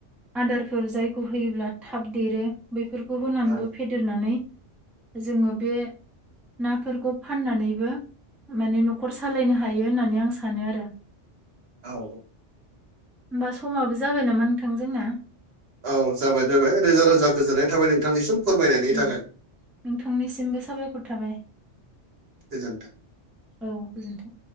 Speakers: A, in the centre; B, on the right (about 55°).
A: आदारफोर जायखौ होयोब्ला थाब देरो बेफोरखौ होनानैबो
B: औ
A: फेदेरनानै जोङो बे नाफोरखौ फाननानैबो माने न'खर सालायनो हायो होननानै आं सानो आरो।
B: औ
A: होमबा समाबो जाबाय नामा नोंथां जोंना?
B: औ जाबाय जाबाय रोजा रोजा गोजोननाय थाबाय नोंथांनिसिम फोरमायनायनि
A: उम,
B: थाखाय।
A: नोंथांनिसिमबो साबायखर थाबाय।
B: गोजोनथों।
A: औ गोजोनथों।